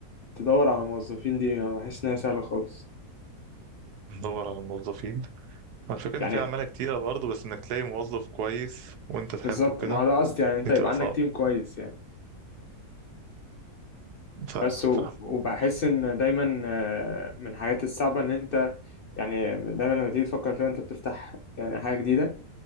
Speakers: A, on the left; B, on the right.
A: تدور على الموظفين دي أنا بحس إنها سهلة خالص
B: ادور على موظفين هو الفكرة إن
A: يعني
B: في عمالة كتيرة برضه بس إنك تلاقي موظف كويس وأنت تحبه
A: بالظبط
B: كده
A: ما هو ده قصدي يعني أنت
B: دي
A: يبقى
B: تبقى
A: عندك
B: صعبة
A: تيم كويس يعني
B: فاهمك
A: بس و-
B: فاهم
A: وبحس إن دايما آه، من الحاجات الصعبة إن أنت يعني دايما لما تيجي تفكر فيها أنت بتفتح يعني حاجة جديدة